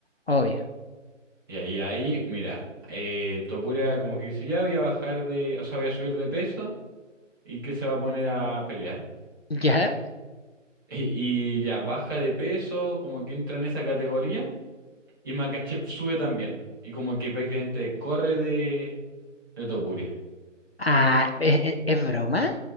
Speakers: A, on the left (about 55°); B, on the right (about 15°).
A: obvio.
B: Y ahí, ahí, mira, eh, Topuria como que dice, ya voy a bajar de, o sea, voy a subir de peso y que se va a poner a pelear. <laughs>
A: ¿Ya?
B: Y, y ya baja de peso, como que entra en esa categoría. Y Makachev sube también. Y como que prácticamente corre de, de Topuria.
A: Ah, ¿es, es- es broma?